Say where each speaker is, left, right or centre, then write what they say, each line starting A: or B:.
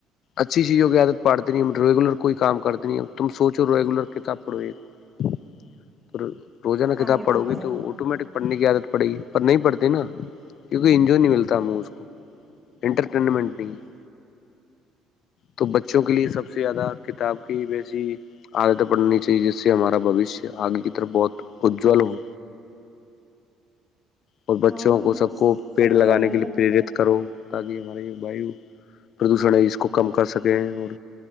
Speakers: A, on the left; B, on the right.
A: اچھی چیزوں کی عادت پڑتے نہیں ہم ریگولر کوئی کام کرتے نہیں تم سوچو ریگولر کتاب پڑھو یہ پھر روزنہ
B: ہاں
A: کتاب
B: یہ
A: پڑھو
B: بات ہے
A: گی تو آٹومیٹک پھنے کی عادت پڑے گی نہیں پڑھتے نا کیونکہ انجو نہیں ملتا مہ اس کو انٹرٹینمنٹ نہیں ہے تو بچوں کے لیے سب سے زیادہ کتاب کی ویسی عادتیں پڑھنی چاہیے جس سے ہمارا بوشیہ آگے کی طرف بہت اجل ہو اور
B: ہاں
A: بچوں کو
B: یہ بات
A: سب کو
B: صحیح
A: پیڑ لگانے
B: کہہ رہے بھیا
A: کے لیے پرییرت کرو تاکہ ہمارے جو وایو پردوشن ہے اس کو کم کر سکیں اور